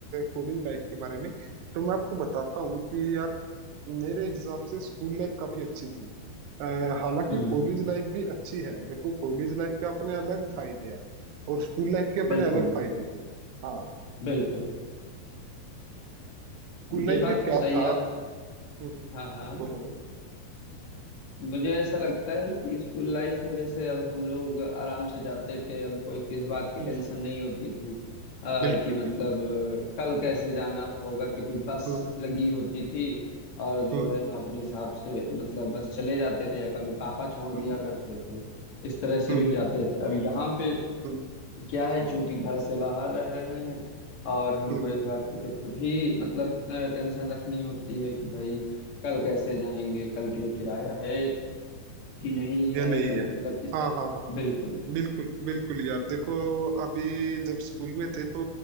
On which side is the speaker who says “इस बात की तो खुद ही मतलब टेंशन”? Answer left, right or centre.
Left